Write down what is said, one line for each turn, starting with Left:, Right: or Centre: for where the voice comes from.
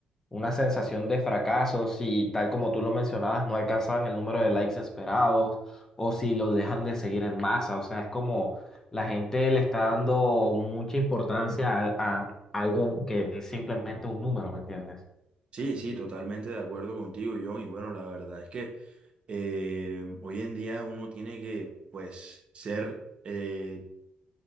Left: una sensación de fracaso si tal como tú lo mencionabas no alcanzaban el número de likes esperados o si los dejan de seguir en masa, o sea, es como la gente le está dando mucha importancia a, a algo que es simplemente un número, ¿me entiendes?
Right: Sí, sí, totalmente de acuerdo contigo, John, y bueno, la verdad es que eh, hoy en día uno tiene que, pues, ser, eh,